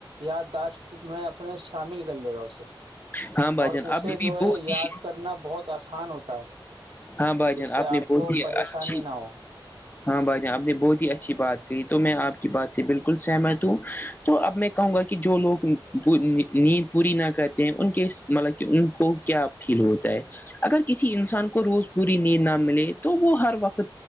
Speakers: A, on the right (about 90°); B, on the left (about 20°).
A: یادداشت میں اپنے شامل کر لے گا اسے
B: جان ہاں بھائی
A: اور
B: جان
A: اسے
B: آپ نے بھی
A: جو ہے
B: بہت
A: یاد
B: ہی
A: کرنا بہت آسان ہوتا ہے
B: ہاں بھائی
A: جس
B: جان
A: سے آپ
B: نے
A: کو
B: بہت ہی
A: پریشانی
B: اچھی
A: نہ ہو
B: ہاں باجا آپ نے بہت ہی اچھی بات کہی تو میں آپ کی بات سے بالکل سہمت ہوں تو اب میں کہوں گا کہ جو لوگ نیند پوری نہ کرتے ہیں ان کے مطلب کہ ان کو کیا فیل ہوتا ہے اگر کسی انسان کو روز پوری نیند نہ ملے تو وہ ہر وقت